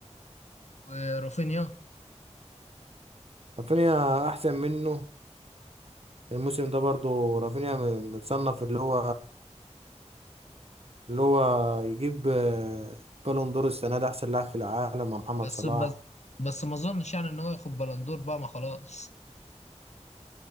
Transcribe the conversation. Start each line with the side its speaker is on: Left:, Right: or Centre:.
Left: ورافينيا
Right: رافينيا أحسن منه الموسم ده برضه رافينيا م- متصنف اللي هو اللي هو يجيب آه، بالون دور السنة دي أحسن لاعب في العالم مع محمد
Left: بس
Right: صلاح
Left: بس بس ما اظنش يعني ان هو ياخد بلندور بقى ما خلاص